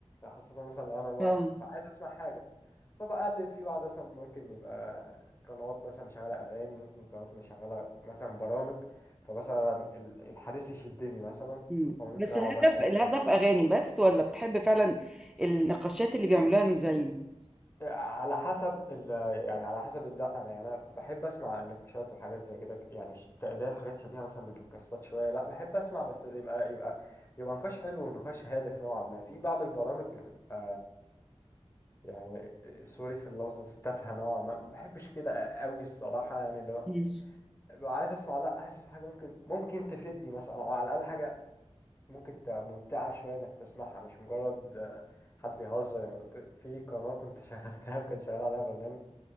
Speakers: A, on the left; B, in the centre.
A: خاصة مثلا لو انا لوحدي
B: اه
A: فعايز اسمع حاجة فبقى اللي في بعض مثلا ممكن يبقى قنوات مثلا مشغلة اغاني ممكن قنوات مشغلة مثلا برامج فمثلا ال- الحديث يشدني مثلا
B: مم.
A: فممكن
B: بس
A: اقعد
B: الهدف
A: اسمع
B: الهدف
A: شوية
B: اغاني بس ولا بتحب فعلا النقاشات اللي بيعملوها المذيعين
A: على حسب ال يعني على حسب ال- لا انا يعني أنا بحب اسمع النقاشات وحاجات زي كده يعني ش- بتاع- اللي هي حاجات شبيهه مثلا بالبودكاستات شويه لا بحب اسمع بس يبقى يبقى يبقى نقاش حلو ونقاش هادف نوعا ما في بعض البرامج بتبقى يعني سوري في اللفظ بس تافهه نوعا ما ما بحبش كده قوي الصراحه يعني لو
B: مم.
A: ببقى عايز اسمع لا عايز اسمع حاجه ممكن ممكن تفيدني مثلا او على الاقل حاجه ممكن ت- ممتعه شويه انك تسمعها مش مجرد آه، حد بيهزر يعني كنت في قناه كنت شغلتها وكان شغال عليها برنامج